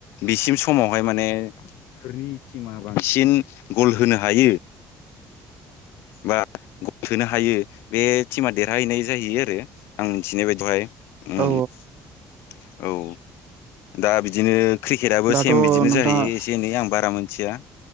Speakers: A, on the left (about 80°); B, on the right (about 45°).
A: बिसिम समावहाय माने सोरनि टिमा बांसिन गल होनो हायो बा गल सोनो हायो बे टिमा देरहाहैनाय जाहैयो आरो आं मिथिनाय बायदियाव हाय उम
B: औ
A: औ दा बिदिनो क्रिकेटआबो
B: दाथ'
A: सेम बिदिनो
B: नोंथाङा
A: जाहैयो एसे एनै आं बारा मोनथिया।